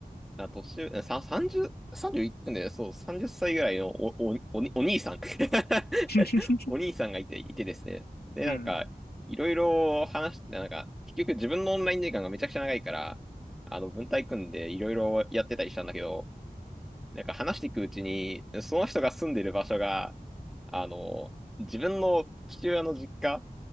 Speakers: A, in the centre; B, on the left.
A: あ、年上、さ、30、3いってんだよ。そう、30歳ぐらいのお、お、おお兄さん。<laughs>
B: <laughs>
A: お兄さんがいて、いてですね。で、
B: うん。
A: なんか、
B: <laughs>
A: いろいろ話して、なんか、結局自分のオンライン時間がめちゃくちゃ長いから、あの、文体組んでいろいろやってたりしたんだけど、なんか話していくうちに、その人が住んでる場所が、あの、自分の父親の実家